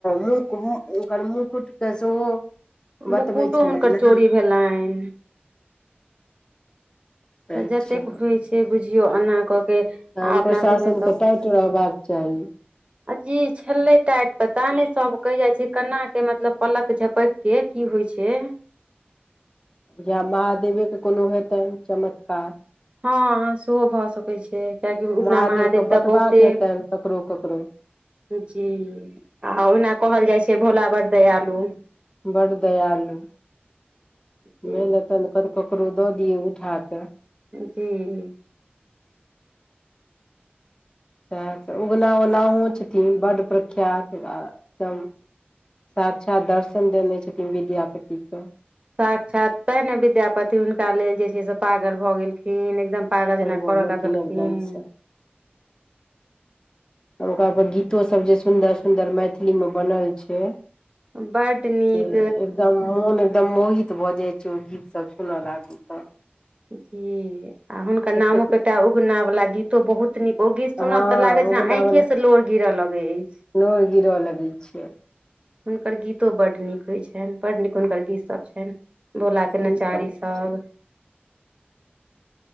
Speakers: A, on the left; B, on the right.
A: मुक ओकर मुकुटके सेहो बतबै
B: मुकुटो
A: छलै
B: हुनकर
A: ने
B: चोरी भेलनि
A: अच्छा
B: तऽ जतेक होइ छै बुझियौ एना कऽ के
A: प्रशासन
B: आ अपना सबके
A: के टाइट रहबाक चाही
B: अ जी छले टाइट पता ने सब कह जाय छै केना के मतलब पलक झपक के की होइ छै
A: या महादेवे के कोनो हेतनि चमत्कार
B: हँ सेहो भऽ सकै छै किआकि उगना
A: महादेवके
B: महादेव
A: बँटबाक
B: तऽ बहुते
A: हेतनि ककरो ककरो
B: जी आ ओहिना कहल जाइ छै भोला बरदै आलू
A: बड़ दयालु
B: जी
A: भेल ह तऽ ककरो दऽ दियै उठ कऽ
B: जी
A: साह उगना ओनाहो छथिन बड प्रख्यात आ एकदम साक्षात दर्शन देने छथिन विद्यापति के
B: साक्षात तै ने विद्यापति हुनका लेल जे छै से पागल भऽ गेलखिन एकदम पागल जेना
A: भऽ
B: करऽ
A: गेलखिन
B: लगलखिन
A: एकदम से आओर ओकरा पर गीतो सब जे सुन्दर सुन्दर मैथिली मे बनल छै
B: बड्ड नीक
A: एकदम मन एकदम महि बजै छै ओ गीत सब सुनऽ लागू तऽ
B: जी आ हुनकर नामो
A: एतेक
B: पे एकटा उगना वालला गीतो बहुत निक ओ गीत
A: हँ
B: सुनब तऽ लागै
A: उगना
B: छै ने आऑखे
A: वला
B: से लोर गिरऽ लगै अछि
A: नोर गिरऽ लगै छै
B: हुनकर गीतो बड नीक होइ छनि। बड नीक हुनकर गीतसभ छनि। बोल के
A: सही
B: नचारी
A: बात
B: सभ
A: छै